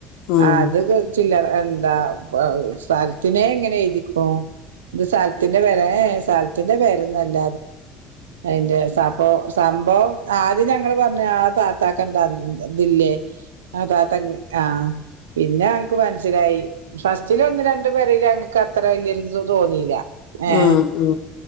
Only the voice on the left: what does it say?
ഉം
ഉം ഉ